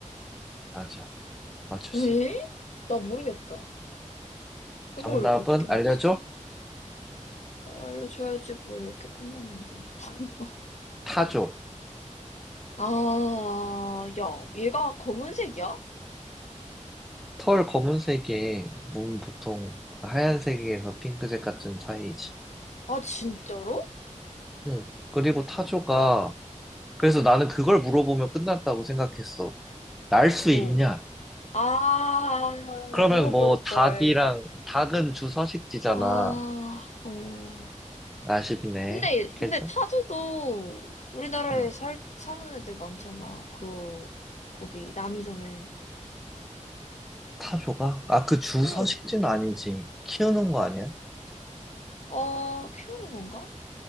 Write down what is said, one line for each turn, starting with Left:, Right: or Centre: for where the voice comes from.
Centre: 맞아. 맞출
Left: 에?
Centre: 수 있어.
Left: 나 모르겠다 이걸
Centre: 정답은
Left: 어떻게
Centre: 알려줘?
Left: 맞추지? 아, 알려줘야지 뭐 이렇게 끝났는데 <laughs>
Centre: 타조.
Left: 아, 야, 얘가 검은색이야?
Centre: 털 검은색에 몸 보통 하얀색에서 핑크색 같은 사이지.
Left: 아, 진짜로?
Centre: 응. 그리고 타조가 그래서 나는 그걸 물어보면 끝났다고 생각했어. 날 수
Left: 뭐?
Centre: 있냐?
Left: 아,
Centre: 그러면
Left: 물어볼
Centre: 뭐
Left: 걸.
Centre: 닭이랑 닭은 주서식지잖아.
Left: 아, 어.
Centre: 아쉽네.
Left: 근데, 근데
Centre: 괜찮?
Left: 타조도 우리나라에
Centre: 응.
Left: 살, 사는 애들 많잖아. 그, 거기, 남이섬에.
Centre: 타조가? 아, 그 주서식지는
Left: 응,
Centre: 아니지. 키우는 거 아니야?
Left: 어, 키우는 건가?